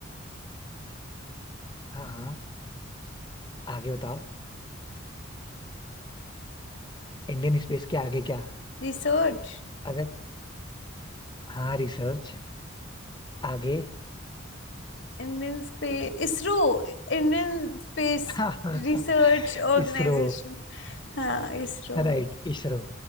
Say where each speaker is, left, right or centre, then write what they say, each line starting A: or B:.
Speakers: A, on the left; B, on the left.
A: हाँ हाँ आगे बताओ इंडियन स्पेस के आगे क्या
B: Research
A: अगर हाँ रिसर्च आगे
B: Indian space ISRO Indian space
A: <laughs>
B: research
A: हाँ,
B: organisation
A: इसरो
B: हाँ इसरो
A: राइट इसरो